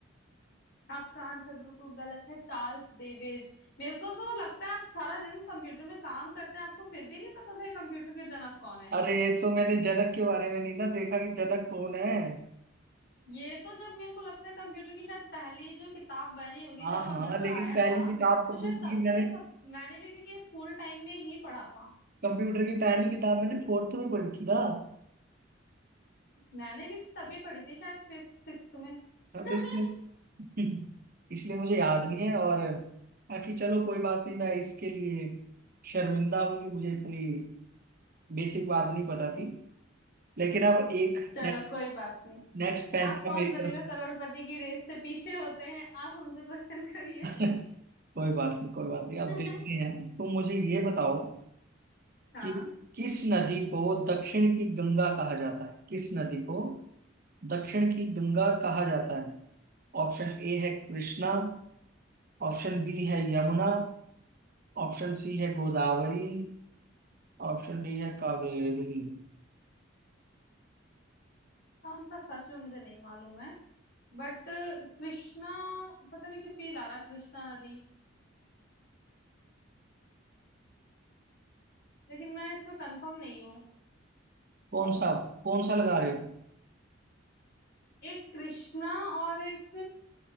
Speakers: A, on the left; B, on the right.
A: आपका आंसर बिल्कुल गलत है चार्ल्स बेबेज मेरे को तो लगता है आप सारा दिन कंप्यूटर में काम करते हैं आपको फिर भी नहीं पता था ये कंप्यूटर के जनक कौन है
B: अरे ये तो मैंने जनक के बारे में नहीं ना देखा कि जनक कौन है
A: ये तो जब मेरे को लगता है कंप्यूटर की शायद पहली जो किताब बनी होगी
B: हाँ
A: जब कंप्यूटर
B: हाँ लेकिन
A: आया
B: पहली
A: था
B: किताब
A: तो
B: कंप्यूटर
A: शायद तब
B: की मैंने
A: में सब मैंने भी क्योंकि स्कूल टाइम में ही पढ़ा था
B: कंप्यूटर की पहली किताब मैंने फोर्थ में पढ़ी थी ना
A: मैंने भी तभी पढ़ी थी शायद फिफ्थ सिक्स्थ में <laughs>
B: हाँ, तो इसलिए <laughs> इसलिए मुझे याद नहीं है और बाकी चलो कोई बात नहीं मैं इसके लिए शर्मिंदा हूँ कि मुझे इतनी बेसिक बात नहीं पता थी लेकिन अब एक
A: चलो
B: ने,
A: कोई बात नहीं
B: नेक्स्ट पैंतरा
A: आप कौन
B: मेरी
A: बनेगा
B: तरफ
A: करोड़पति की रेस से पीछे होते हैं आप हमसे क्वेश्चन करिए
B: से। <laughs> कोई बात नहीं कोई बात नहीं अब
A: <laughs>
B: देखते हैं तुम मुझे ये बताओ
A: हाँ
B: कि किस नदी को दक्षिण की गंगा कहा जाता है किस नदी को दक्षिण की गंगा कहा जाता है ऑप्शन ए है कृष्णा ऑप्शन बी है यमुना ऑप्शन सी है गोदावरी ऑप्शन डी है कावेरी
A: कौन सा सच में मुझे नहीं मालूम है बट कृष्णा पता नहीं क्यों फील आ रहा कृष्णा नदी लेकिन मैं इसमें कंफर्म नहीं हूँ
B: कौन सा कौन सा लगा रहे हो
A: एक कृष्णा और एक